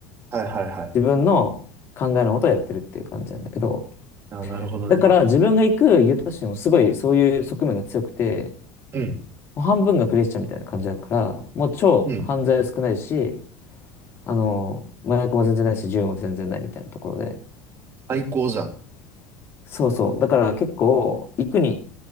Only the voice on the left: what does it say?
自分の考えのことをやってるっていう感じなんだけど、
だから自分が行くユタ市もすごいそういう側面が強くて、
もう半分がクリスチャンみたいな感じだから、もう超犯罪少ないし、
あの、麻薬も全然ないし、銃も全然ないみたいなところで、
そうそう。だから結構、行くに、